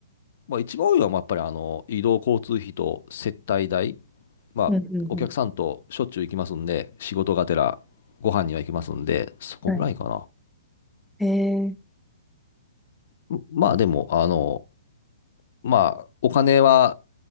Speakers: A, on the left; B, in the centre.
A: まあ、一番多いのは、まあやっぱりあの移動交通費と接待代、まあ、
B: うんうんうん
A: お客さんとしょっちゅう行きますんで、仕事がてらご飯には行きますんで、そこぐらいか
B: はい。え
A: な。んまあでも、あの、まあ、お金は